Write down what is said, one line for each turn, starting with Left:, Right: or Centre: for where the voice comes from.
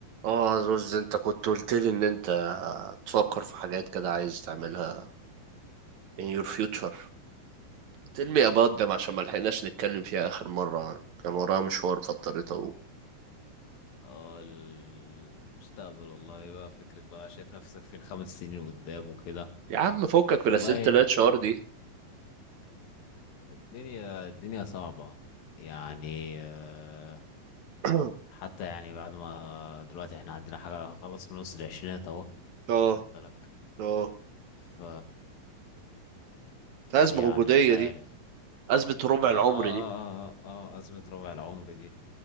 Right: اه زوز انت كنت قلت لي ان انت تفكر في حاجات كده عايز تعملها in your future tell me about them عشان ما لحقناش نتكلم فيها اخر مرة كان ورايا مشوار فاضطريت اقوم
Left: اه المستقبل والله بقى فكرة بقى شايف نفسك فين خمس سنين قدام وكده
Right: يا عم فكك من
Left: والله
Right: اسئلة الاتش ار دي
Left: الدنيا الدنيا صعبة يعني آه،
Right: <coughs> <clears throat>
Left: حتى يعني بعد ما دلوقتي احنا عندنا حاجة خلاص في نص العشرينات اهو
Right: اه
Left: خد بالك
Right: اه
Left: ف
Right: ازمة
Left: يعني
Right: وجودية
Left: مش عارف
Right: دي ازمة ربع
Left: اه
Right: العمر
Left: اه
Right: دي
Left: اه اه اه آه، أزمة ربع العمر دي